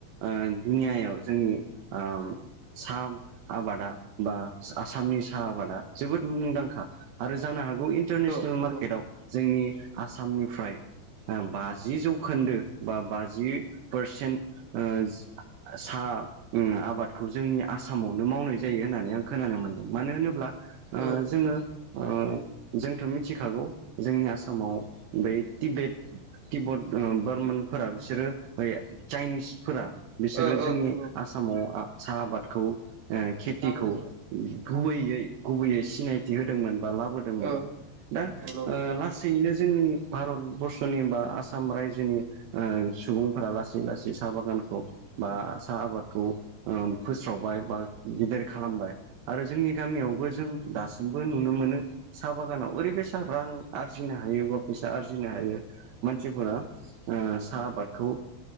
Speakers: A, on the right; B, on the right.
A: ओ दुनियायाव जोंनि ओ सा सा आबादा बा आसामनि साहा आबादा जोबोद मुंदांखा आरो जानो हागौ इन्टारनेसनेल
B: ओ औ नंगौ
A: मार्केटआव जोंनि आसामनिफ्राय ओ बाजि जौखोन्दो बा बाजि पारसेन्ट ओ साह आ उम आबादखौ जोंनि आसामावनो मावनाय जायो होननानै आं खोनानो मोनदों मानो होनोब्ला ओ
B: ओ
A: जोङो ओ जोंथ' मिथिखागौ जोंनि आसामाव बै तिबेत तिब्बत ओ बारमानफोरा बिसोरो बै चाइनिसफोरा बिसोरो
B: ओ
A: जोंनि
B: ओ नंगौ
A: आसामाव आ साहा आबादखौ ओ खेथिखौ
B: लाबोदोंमोन
A: गुबैयै गुबैयै सिनायथि होदोंमोन बा लाबोदोंमोन
B: ओ
A: दा
B: नंगौ
A: ओ ला सैनो जोंनि भारतबर्षनि बा आसाम रायजोनि ओ सुबुंफोरा लासै लासै साहा बागानखौ बा साहा आबादखौ फोस्रावबाय बा गेदेर खालामबाय। आरो जोंनि गामियावबो जों दासिमबो नुनो मोनो साहा बागानाव ओरैबायसा रां आरजिनो हायो बा फैसा आरजिनो हायो मानसिफोरा ओ साहा आबादखौ